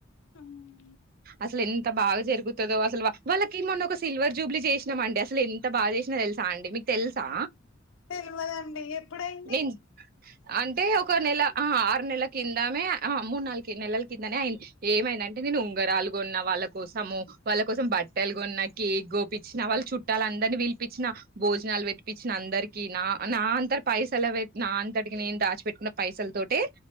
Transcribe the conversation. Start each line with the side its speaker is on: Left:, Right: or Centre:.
Left: అవునా
Right: అసలు ఎంత బాగా జరుగుతుందో అసలు వాళ్ళకి మొన్న ఒక సిల్వర్ జూబ్లీ చేసినాంమండి అసలు ఎంత బాగా చేసినా తెలుసా అండి మీకు తెలుసా
Left: తెలవదండి ఎప్పుడయింది
Right: నేను అంటే ఒక నెల ఆ ఆరు నెలల కిందమే ఆ మూడు నాలుకి నెలల కిందనే అయింది ఏమైనా అంటే నేను ఉంగరాలు గోన్న వాళ్ళ కోసము వాళ్ళ కోసం బట్టలు కొన్నా కేక్ గోపించిన వాళ్ళు చుట్టాల అందరినీ పిలిపించిన భోజ నాలు పెట్టిపిచ్చిన అందరిక నా నా అంతటి పైసలు నా అంతటికి నేను దాచిపట్కున్న పైసల తోటే